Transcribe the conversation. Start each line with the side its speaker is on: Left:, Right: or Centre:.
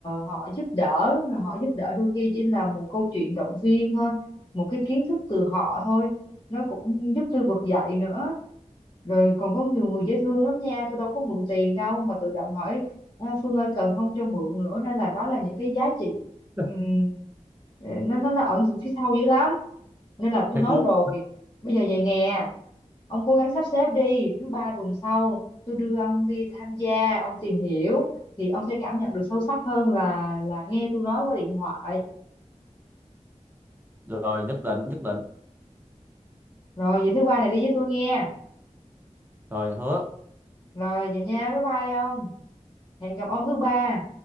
Left: họ giúp đỡ rồi họ giúp đỡ đôi khi chỉ là một câu chuyện động viên thôi một cái kiến thức từ họ thôi nó cũng giúp tôi vực dậy nữa rồi còn có nhiều người dễ thương lắm nha tôi đâu có mượn tiền đâu mà tự động hỏi "À, Phương ơi cần không cho mượn nữa nên là đó là những cái giá trị
Right: <laughs>
Left: ừm, ờ, nó nó nó ẩn phía sau dữ lắm nên là tôi
Right: thiệt
Left: nói
Right: luôn.
Left: rồi bây giờ vậy nè ông cố gắng sắp xếp đi thứ ba tuần sau tôi đưa ông đi tham gia ông tìm hiểu thì ông sẽ cảm nhận được sâu sắc hơn là là nghe tôi nói qua điện thoại
Right: Rồi nhất định, nhất định.
Left: rồi vậy thứ ba này đi với tôi nghe
Right: Rồi hứa.
Left: rồi vậy nha bye bye ông hẹn gặp ông thứ ba